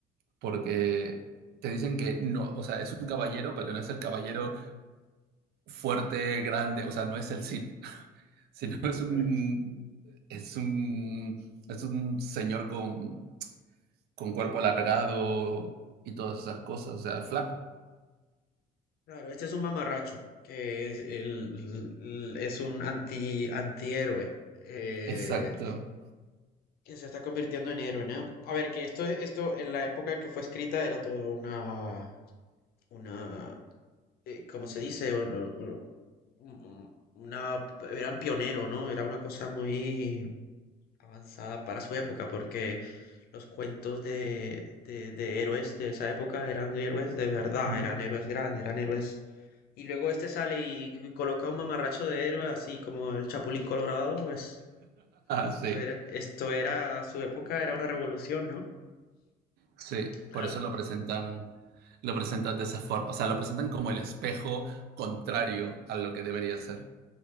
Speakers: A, on the right; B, on the left.
A: porque te dicen que no, o sea, es un caballero, pero no es el caballero fuerte, grande, o sea, no es el Cid, <laughs> sino es
B: Correcto.
A: un, es un, es un señor con, con cuerpo alargado y todas esas cosas, o sea, flaco.
B: Claro, este es un mamarracho, que es, el, el- es un anti, antihéroe, eh,
A: Exacto.
B: que se está convirtiendo en héroe, ¿no? A ver, que esto, esto en la época en que fue escrita era todo una, una, eh, ¿cómo se dice? Un- un- un- Una, eran pionero, ¿no? Era una cosa muy avanzada para su época, porque los cuentos de, de, de héroes de esa época eran héroes de verdad,
A: <laughs>
B: eran héroes grandes, eran héroes Y luego este sale y y coloca un mamarracho de héroe, así como el Chapulín Colorado, pues
A: Sí,
B: esto era, esto era, a su época era una revolución, ¿no?
A: sí,
B: A
A: por eso
B: ver,
A: lo presentan, lo presentan de esa forma, o sea, lo presentan como el espejo contrario a lo que debería ser.